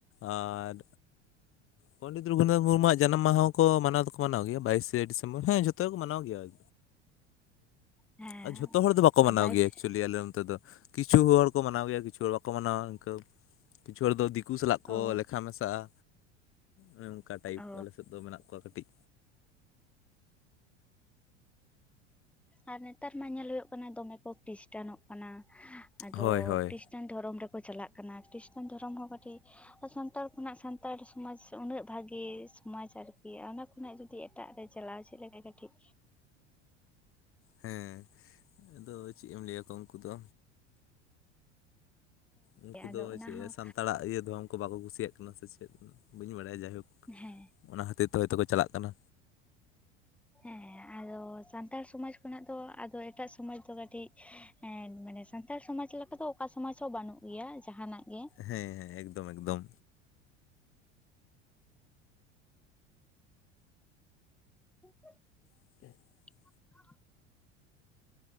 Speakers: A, on the left; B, in the centre.
A: ᱟᱨ ᱯᱚᱱᱰᱤᱛ ᱨᱚᱜᱷᱩᱱᱟᱛᱷ ᱢᱩᱨᱢᱩᱣᱟᱜ ᱡᱟᱱᱟᱢ ᱢᱟᱦᱟ ᱠᱚ ᱢᱟᱱᱟᱣ ᱫᱚ ᱢᱟᱱᱟᱣ ᱜᱮᱭᱟ ᱵᱟᱭᱤᱥᱮ ᱰᱤᱥᱮᱢᱵᱚᱨ ᱦᱮᱸ ᱡᱚᱛᱚ ᱜᱮᱠᱚ ᱢᱟᱱᱟᱣ ᱜᱮᱭᱟ ᱟᱨ
B: ᱦᱮᱸ
A: ᱚᱜ ᱡᱷᱚᱛᱚ ᱦᱚᱲ ᱫᱚ ᱵᱟᱠᱚ ᱢᱟᱱᱟᱣ
B: ᱵᱟᱭᱤᱥ
A: ᱜᱮᱭᱟ ᱞᱟᱹᱭ ᱟᱞᱮ ᱚᱱᱛᱮ ᱫᱚ ᱠᱤᱪᱷᱩ ᱦᱚᱲ ᱠᱚ ᱢᱟᱱᱟᱣ ᱜᱮᱭᱟ ᱠᱤᱪᱷᱩ ᱦᱚᱲ ᱵᱟᱠᱚ ᱢᱟᱱᱟᱣᱟ ᱤᱱᱠᱟᱹ ᱠᱤᱪᱷᱩ ᱦᱚᱲ ᱫᱚ ᱫᱤᱠᱩ ᱥᱟᱞᱟᱜ ᱠᱚ
B: ᱚ
A: ᱞᱮᱠᱷᱟ ᱢᱮᱥᱟᱜᱼᱟ ᱚᱱᱮ ᱚᱱᱠᱟ ᱴᱟᱭᱤᱯ
B: ᱚ
A: ᱟᱞᱮᱥᱮᱫ ᱫᱚ ᱢᱮᱱᱟᱜ ᱠᱚᱣᱟ ᱠᱟᱹᱴᱤᱡ
B: ᱟᱨ ᱱᱮᱛᱟᱨ ᱢᱟ ᱧᱮᱞᱳ ᱠᱟᱱᱟ ᱫᱚᱢᱮ ᱠᱚ ᱠᱷᱨᱤᱥᱴᱟᱱᱚᱜ ᱠᱟᱱᱟ ᱟᱫᱚ
A: ᱦᱳᱭ ᱦᱳᱭ
B: ᱠᱤᱥ ᱠᱷᱨᱤᱥᱴᱟᱱ ᱫᱷᱚᱨᱚᱢ ᱨᱮᱠᱚ ᱪᱟᱞᱟᱜ ᱠᱟᱱᱟ ᱠᱷᱨᱤᱥᱴᱟᱱ ᱫᱷᱚᱨᱚᱢ ᱦᱚᱸ ᱠᱟᱹᱴᱤᱡ ᱥᱟᱱᱛᱟᱲ ᱠᱷᱚᱱᱟᱜ ᱥᱟᱱᱛᱟᱲ ᱥᱚᱢᱟᱡᱽ ᱩᱱᱟᱹᱜ ᱵᱷᱟᱹᱜᱤ ᱥᱚᱢᱟᱡᱽ ᱟᱨᱠᱤ ᱚᱱᱟ ᱱᱟᱜ ᱡᱩᱫᱤ ᱮᱴᱟᱜ ᱨᱮ ᱪᱟᱞᱟᱣ ᱪᱮᱫ ᱞᱮᱠᱟ ᱠᱟᱹᱴᱤᱡ
A: ᱦᱮᱸ ᱟᱫᱚ ᱪᱮᱫ ᱮᱢ ᱞᱟᱹᱭᱟᱠᱚᱣᱟ ᱩᱱᱠᱩ ᱫᱚ ᱩᱱᱠᱩ
B: ᱟᱫᱚ
A: ᱫᱚ
B: ᱚᱱᱟ
A: ᱪᱮᱫ
B: ᱦᱚᱸ
A: ᱥᱟᱱᱛᱟᱲ ᱥᱛᱟᱲᱟᱜ ᱤᱭᱟᱹ ᱫᱷᱚᱨᱚᱢ ᱠᱚ ᱵᱟᱠᱚ ᱠᱩᱥᱤᱭᱟᱜ ᱠᱟᱱᱟ ᱥᱮ ᱪᱮᱫ ᱵᱟᱹᱧ ᱵᱟᱲᱟᱭᱟ ᱡᱟᱭᱦᱳᱠ
B: ᱦᱮᱸ
A: ᱚᱱᱟ ᱠᱷᱟᱹᱛᱤᱨ ᱛᱮ ᱛᱳᱭᱛᱚᱠᱚ ᱪᱟᱞᱟᱜ ᱠᱟᱱᱟ
B: ᱦᱮᱸ ᱟᱫᱚ ᱥᱟᱱᱛᱟᱲ ᱥᱚᱢᱟᱡ ᱠᱷᱚᱱᱟᱜ ᱫᱚ ᱟᱫᱚ ᱮᱴᱟᱜ ᱥᱚᱢᱟᱡ ᱫᱚ ᱠᱟᱹᱴᱤᱡ ᱦᱮᱸ ᱢᱟᱱᱮ ᱥᱟᱱᱛᱟᱲ ᱥᱚᱢᱟᱡ ᱞᱮᱠᱟ ᱫᱚ ᱚᱠᱟ ᱥᱚᱢᱟᱡ ᱦᱚᱸ ᱵᱟᱹᱱᱩᱜ ᱜᱮᱭᱟ ᱡᱟᱦᱟᱱᱟᱜ ᱜᱮ
A: ᱦᱮᱸ ᱦᱮᱸ ᱮᱠᱫᱚᱢ ᱮᱠᱫᱚᱢ
B: <inaudible>
A: <inaudible>
B: <inaudible>